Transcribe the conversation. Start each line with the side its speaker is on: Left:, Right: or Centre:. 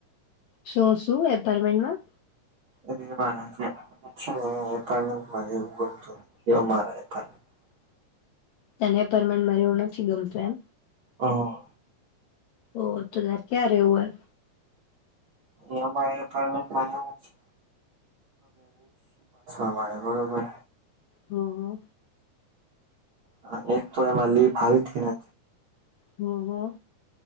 Left: શો શું એપાર્ટમેન્ટમાં
Right: <unintelligible>
Left: તને પરમેન મરે એવું નથી ગમતું એમ?
Right: હા.
Left: ઓ તોર ક્યાં રેહવું હોય?
Right: અ અમારા એપારમેન્ટું <unintelligible> બરોબર.
Left: હા હા.
Right: હા એક તો એમાં લી ભાઈ થી ને.
Left: હા હા.